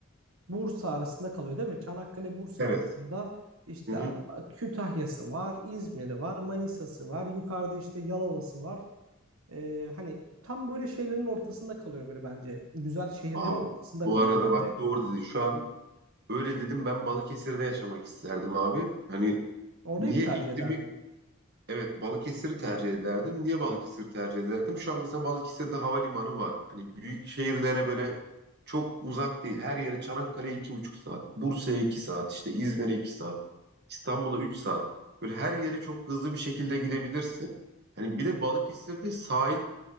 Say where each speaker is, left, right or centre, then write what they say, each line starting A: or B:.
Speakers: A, on the right; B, on the right.
A: Bursa arasında kalıyor değil mi? Çanakkale Bursa
B: Evet.
A: arasında işte
B: Hı hı.
A: Kütahya'sı var, İzmir'i var, Manisa'sı var, yukarıda işte Yalova'sı var. Ee, hani tam böyle şeylerin ortasında kalıyor böyle bence. Güzel şehirlerin
B: Aa,
A: ortasında
B: bu
A: kalıyor
B: arada
A: bence.
B: bak doğru dedi. Şu an öyle dedim ben Balıkesir'de yaşamak isterdim abi. Hani
A: Orayı
B: niye
A: bir tercih
B: iklimi
A: ederdim.
B: Evet Balıkesir'i tercih ederdim. Niye Balıkesir'i tercih ederdim? Şu an mesela Balıkesir'de havalimanı var. Hani büyük şehirlere böyle çok uzak değil. Her yere Çanakkale iki buçuk saat, Bursa'ya iki saat, işte İzmir'e iki saat, İstanbul'a üç saat. Böyle her yere çok hızlı bir şekilde gidebilirsin. Hani bir de Balıkesir'de sahil